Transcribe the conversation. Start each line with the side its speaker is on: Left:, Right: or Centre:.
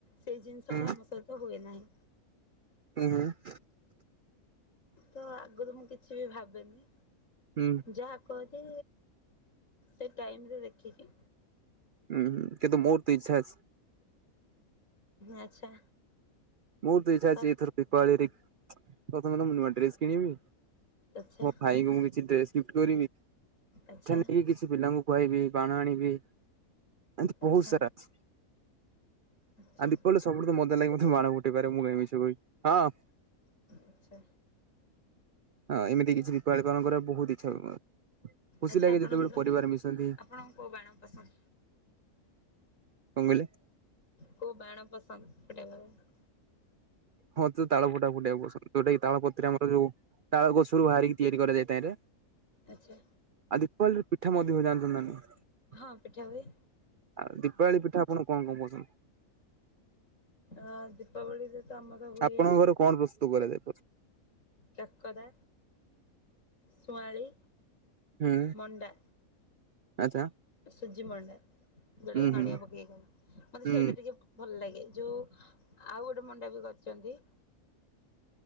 Left: ସେଇ ଜିନିଷଟା
Right: ହୁଁ
Left: ଆମ ସହିତ ହୁଏ ନାହିଁ।
Right: ହୁଁ ହୁଁ।
Left: ତ ଆଗରୁ ମୁଁ କିଛିବି ଭାବେନି।
Right: ଉଁ।
Left: ଯାହା କରେ ସେ ଟାଇମରେ ଦେଖିକି
Right: ଉଁ କିନ୍ତୁ ମୁଁ ତିଇଚ୍ଛା
Left: ଆଚ୍ଛା।
Right: ବହୁତୁ ଇଚ୍ଛା
Left: ତ
Right: ଅଛି ଏଇଥର ପିପାବଳିରେ ପ୍ରଥମତ ମୁଁ ନୂଆ ଡ୍ରେସ କିଣିବି।
Left: ଆଚ୍ଛା
Right: ମୋ ଭାଇଙ୍କୁ ମୁଁ କିଛି ଡ୍ରେସ ଗିଫଟ୍ କରିବି
Left: ଆଚ୍ଛା
Right: ଠା ନେଇକି କିଛି ପିଲାଙ୍କୁ ଖୁଆଇବି ବାଣ ଆଣିବି ଏମତି
Left: ଆଚ୍ଛା
Right: ବହୁତୁ ସାରା ଅଛି।
Left: ଆଚ୍ଛା
Right: ଆଉ ଦୀପାଳିରେ ସବୁଠୁ ତ ମଜା ଲାଗେ ମତେ ବାଣ ଫୁଟେଇବାରେ ମୁଁ କାଇଁ ମିଛ କହିବି ହଁ।
Left: ଆଚ୍ଛା
Right: ଆ ଏମିତି କିଛି ଦୀପାବଳି ପାଳନ କରିବା ବହୁତୁ ଇଚ୍ଛା। ଖୁସି
Left: ଆଚ୍ଛା
Right: ଲାଗେ
Left: ଆପଣଙ୍କର
Right: ଯେତେବେଳେ ପରିବାର ମିଶନ୍ତି।
Left: ଆପଣଙ୍କୁ କୋଉ ବାଣ ପସନ୍ଦ
Right: କଣ କହିଲେ?
Left: କୋଉ ବାଣ ପସନ୍ଦ ଫୁଟେଇବା ପାଇଁ?
Right: ହଁ ତ ତାଳ ଫୁଟାକା ଫୁଟେଇବାକୁ ପସନ୍ଦ ଯୋଉଟାକି ତାଳପତ୍ର ଆମର ଯୋଉ ତାଳଗୋସରୁ ବାହାରିକି ତିଆରି କରାଯାଇଥାଏରେ।
Left: ଆଚ୍ଛା
Right: ଆଉ ଦୀପାଳିରେ ପିଠା ମଧ୍ୟ ଜାଣିଚନ୍ତି ନାଁଇ?
Left: ହଁ ପିଠା ହୁଏ।
Right: ଆଉ ଦୀପାବଳି ପିଠା ଆପଣଙ୍କୁ କଣ କଣ ପସନ୍ଦ?
Left: ଅଁ ଦୀପାବଳିରେ ତ ଆମର ହୁଏ
Right: ଆପଣଙ୍କ ଘରେ କଣ ପ୍ରସ୍ତୁତ କରାଯାଏ ପ୍ରସ୍ତୁ
Left: କାକରା ଶୁଆଁଳି
Right: ହୁଁ।
Left: ମଣ୍ଡା।
Right: ଆଚା।
Left: ସୁଜି ମଣ୍ଡା ଯୋଉଟାକି ନଡିଆ
Right: ହୁଁ
Left: ପକେଇକି କରନ୍ତି ମତେ
Right: ହୁଁ
Left: ସେଇଟା ଟିକେ ଭଲ ଲାଗେ। ଯୋଉ ଆଉ ଗୋଟେ ମଣ୍ଡା ବି କରିଚନ୍ତି